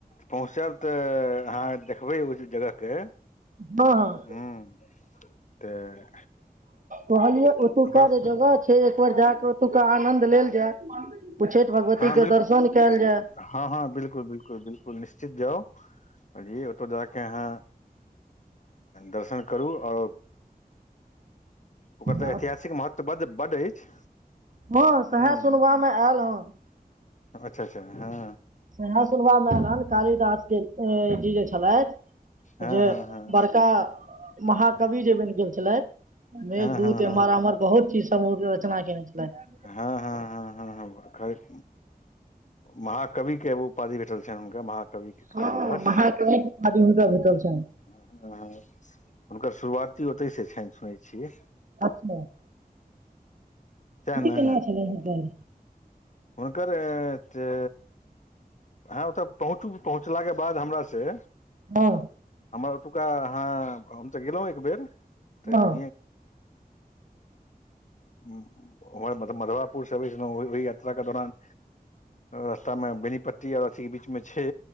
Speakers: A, on the left (about 50°); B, on the right (about 55°).
A: पहुँचब तऽ अहाँ देखबै ओहि जगहके।
B: हँ, हँ।
A: हूँ तऽ।
B: कहलियै ओतो
A: ओकर
B: का जे जगह छै एक बेर जााकऽ ओतो का आनन्द लेल जाय उच्चैठ भगवतीके
A: हँ, बिल्कूल,
B: दर्शन कयल जाय
A: हँ हँ बिल्कूल, बिल्कूल निश्चित जाउ जी ओतो ज कऽ अहाँ दर्शन करू ओर। ओकर
B: हँ
A: तऽ ऐतिहासिकऽ महत्व बड्ड अछि।
B: हँ,
A: हूँ
B: सएह सुनबा मे आयल हँ।
A: अच्छा अच्छा हूँ
B: वेहा सुनबा मे ऐल हन कालिदास के जी जे छलथि
A: हँ
B: जे
A: हँ हँ
B: बड़का महाकवि जे बनि गेल छलथि मेघदूत
A: हँ हँ हँ
B: एमहर आमहर बहुत चीज समूहके रचना केने छलैथ
A: हँ हँ हँ हँ हँ करैत महाकवि केँ उपाधि भेटल छनि हुनका महाकवि
B: हँ
A: कालिदास
B: महाकवि केँ उपाधि हुनका भेटल छैन
A: हँ हुनकर शुरुआती ओतहि से छानि सुनै छियै
B: अच्छा
A: सएह
B: की
A: ने
B: केना छलै हुनकर
A: हुनकर ए जे ह ओतऽ पहुँचू पहुँचला केँ बाद हमरा से
B: हँ
A: हमर ओतुका हँ हम तऽ गेलहुँ एक बेेर तऽ
B: हँ
A: <unintelligible> तऽ मधुवपुर से आबै छलै ओहि यात्रा कऽ दौरान रास्ता मऽ बेनीपट्टी आ अथी आ बीच मे छै